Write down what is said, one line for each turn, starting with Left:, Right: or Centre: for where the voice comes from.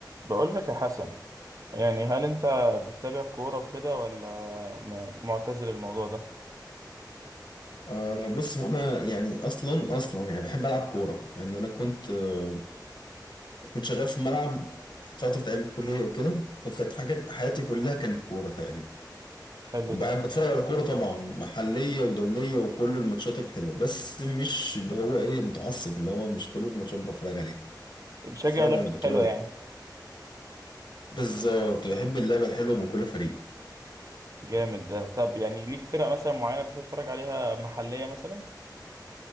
Right: بقول لك يا حسن يعني هل انت بتتابع كورة وكده ولا م- معتزل الموضوع ده
Left: أه بص هو انا يعني اصلا اصلا يعني بحب العب كوره لان انا كنت أه كنت شغال في ملعب فتره ايام الكليه وكده فكانت حاجه حياتي كلها كانت كوره تقريبا
Right: حلو
Left: وبحب
Right: ده
Left: اتفرج على كوره طبعا محليه ودوليه وكل الماتشات الحلوه بس مش اللي هو ايه متعصب اللي هو مش كل الماتشات بتفرج عليها
Right: بتشجع
Left: بتفرج
Right: لعبة
Left: على البطولات
Right: حلوة يعني
Left: بالظبط بحب اللعبه الحلوه من كل فريق
Right: جامد ده طب يعني ليك فرق مثلا معينة بتحب تتفرج عليها محلية مثلا